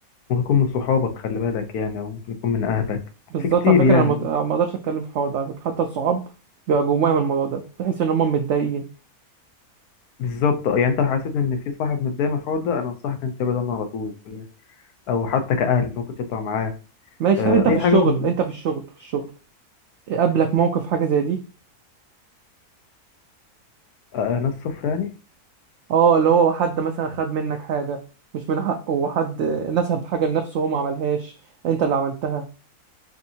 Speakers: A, on the left; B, on the right.
A: ممكن يكون من صحابك خلي بالك يعني او ممكن يكون من اهلك
B: بالظبط
A: في كتير
B: على فكره
A: يعني
B: انا مت... ما اقدرش اتكلم في الحوار ده على فكره حتى الصحاب بيبقى جواهم الموضوع ده تحس ان هم متضايقين
A: بالظبط آه، يعني انت لو حسيت ان في صاحب متضايق من الحوار ده انا انصحك انت تبعد عنه على طول او حتى كأهل ممكن تطلع معاه
B: ماشي
A: آه،
B: طب انت في
A: اي
B: الشغل
A: حاجه من
B: انت في الشغل في الشغل قابلك موقف حاجه زي دي
A: آه، آه، ناس صف يعني
B: اه اللي هو حد مثلا خد منك حاجة مش من حقه وحد نسب حاجة لنفسه هو ما عملهاش انت اللي عملتها